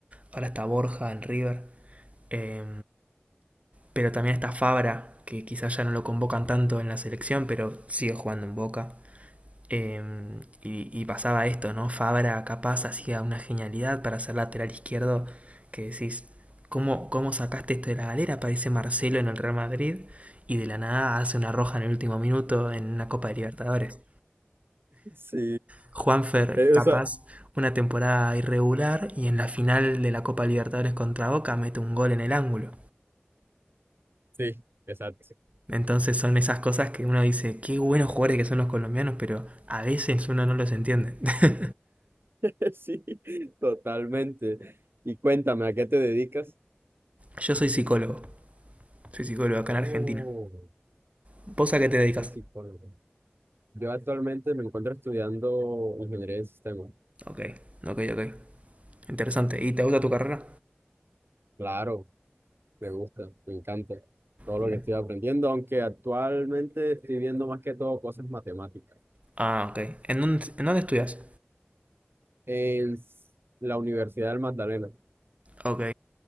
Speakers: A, on the right (about 35°); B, on the right (about 65°).
A: ahora está Borja en River, eh, pero también está Fabra, que quizás ya no lo convocan tanto en la selección, pero sigue jugando en Boca. Eh, y, y pasaba esto, ¿no? Fabra capaz hacía una genialidad para ser lateral izquierdo, que decís, ¿cómo, cómo sacaste esto de la galera? aparece Marcelo en el Real Madrid y de la nada hace una roja en el último minuto en una Copa de Libertadores.
B: Sí,
A: Juanfer,
B: eh,
A: capaz,
B: o sea,
A: una temporada irregular y en la final de la Copa Libertadores contra Boca mete un gol en el ángulo.
B: sí, exacto.
A: Entonces son esas cosas que uno dice, qué buenos jugadores que son los colombianos, pero a veces uno no los entiende. <laughs>
B: <laughs> Sí, totalmente. Y cuéntame, ¿a qué te dedicas?
A: Yo soy psicólogo Soy psicólogo acá
B: Oh,
A: en Argentina. ¿Vos a qué te dedicas?
B: yo soy psicólogo. Yo actualmente me encuentro estudiando ingeniería de sistemas.
A: Ok, ok, ok. Interesante. ¿Y te gusta tu carrera?
B: Claro, me gusta, me encanta todo
A: Bien.
B: lo que estoy aprendiendo, aunque actualmente estoy viendo más que todo cosas matemáticas
A: Ah, ok. ¿En dónde, en dónde estudias?
B: en s- la Universidad del Magdalena.
A: Ok.